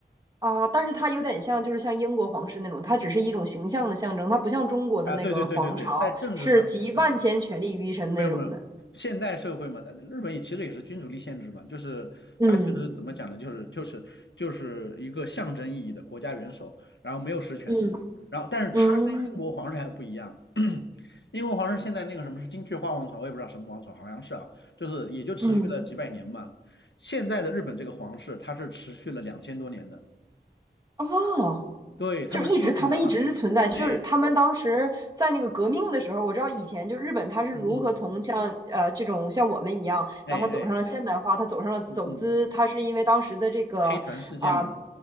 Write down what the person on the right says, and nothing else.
啊，但是它有点像就是像英国皇室那种，它只是一种形象的象征，它不像中国的那个皇朝是集万千权力于一身那种的。
嗯
嗯
嗯
嗯，
哦
就是一直他们一直是存在，
就是他们当时在那个革命的时候，我知道以前就日本他是如何从像呃这种像我们一样，
然后他走上了现代化，他走上了走资，
他是因为当时的这个啊、